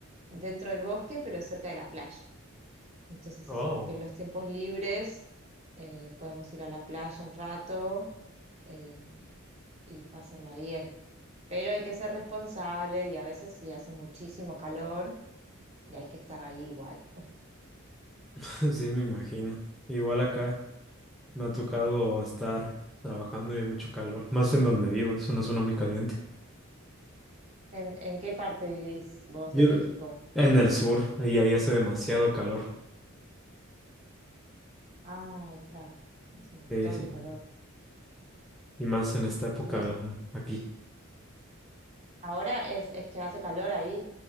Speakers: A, on the right; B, in the centre.
A: dentro del bosque, pero cerca de la playa. Entonces,
B: Oh.
A: así como que en los tiempos libres eh, podemos ir a la playa un rato eh, y pasarla bien. Pero hay que ser responsable y a veces sí hace muchísimo calor y hay que estar ahí igual.
B: <laughs> Sí, me imagino. Igual acá me ha tocado estar trabajando y hay mucho calor. Más en donde vivo, es una zona muy caliente.
A: ¿En, en qué parte vivís vos
B: Yo,
A: de México?
B: En el sur, ahí ahí hace demasiado calor.
A: Ay, claro, es un montón
B: Sí, sí,
A: de calor.
B: sí. Y más en esta época
A: Y
B: del año, aquí.
A: ahora es, es que hace calor ahí,